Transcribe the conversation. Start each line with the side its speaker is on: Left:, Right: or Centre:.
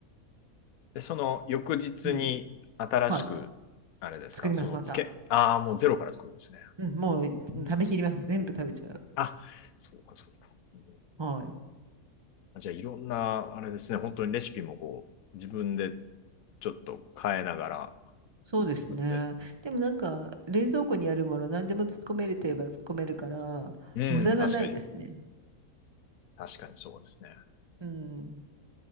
Left: で、その翌日に新しく、
Right: うん。はい。
Left: あれですか、
Right: 作ります、
Left: そのつけ、
Right: また。
Left: ああ、もうゼロから作るんですね。
Right: うん、もう食べきります。
Left: うん
Right: 全部食べちゃう。
Left: あ、そうか、そうか。うん
Right: はい。
Left: じゃあ、いろんな、あれですね、本当にレシピもこう、自分でちょっと変えながら
Right: そうですね。
Left: 作って。
Right: でもなんか、冷蔵庫にあるもの何でも突っ込めるといえば突っ込めるから、
Left: うん、
Right: 無駄がないですね。
Left: 確かに、確かにそうですね。
Right: うん。